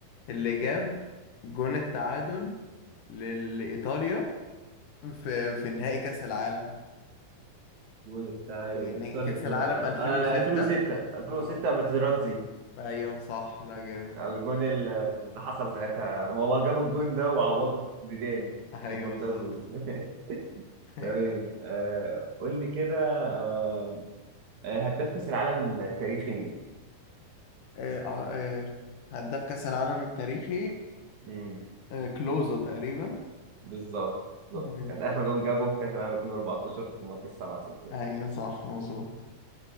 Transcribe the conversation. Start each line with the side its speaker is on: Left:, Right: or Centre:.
Left: اللي جاب جون التعادل لل- لايطاليا في في نهائي كاس العالم
Right: وتعادل
Left: في ن-
Right: إيطاليا
Left: كاس العالم 2006
Right: آه 2006 2006
Left: اه
Right: ماتيراتزي
Left: ايوه صح لا جامد
Right: الجون اللي حصل ساعتها ما هو جاب الجون ده وعوضه بزيدان
Left: ايوه
Right: لما اتضربوا
Left: بالظبط
Right: ال- <laughs>
Left: ماشي.
Right: تمام آه قول لي كده آه آه، هداف كأس العالم التاريخي مين؟
Left: آه، آه، آه، هداف كاس العالم التاريخي
Right: امم
Left: آه، كلوزا تقريبا
Right: بالظبط بالظبط
Left: ماشي.
Right: كان آخر جون جابه في كأس العالم 2014 في ماتش 7 6
Left: ايوه
Right: ده
Left: صح مظبوط